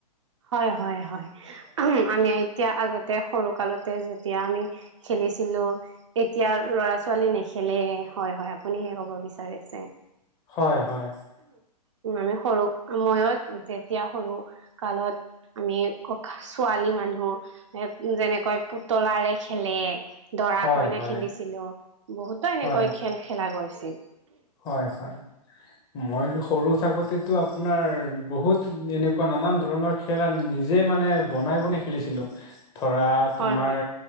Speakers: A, on the right (about 45°); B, on the left (about 20°).
A: হয়, হয়, হয়। আমি এতিয়া আগতে সৰু কালত যেতিয়া আমি খেলিছিলো তেতিয়া ল'ৰা ছোৱালী নেখেলে হয় হয় আপুনি। <unintelligible> হ'ব বিচাৰিছে।
B: হয় হয়।
A: উম আমি সৰু সময়ত যেতিয়া সৰু কালত আমি ক ছোৱালী। মানুহ এ যেনেকৈ পুতলাৰে খেলে। দৰা
B: হয়
A: কইনা
B: হয়
A: খেলিছিলো বহুতো এনেকৈ
B: হয়
A: খেল খেলা গৈছিল।
B: হয় হয় উম। মই সৰু থাকোঁতেটো আপোনাৰ বহুত এনেকুৱা নানান ধৰণৰ খেলা নিজে মানে। বনাই বনাই খেলিছিলো ধৰা তোমাৰ।
A: হয় হয়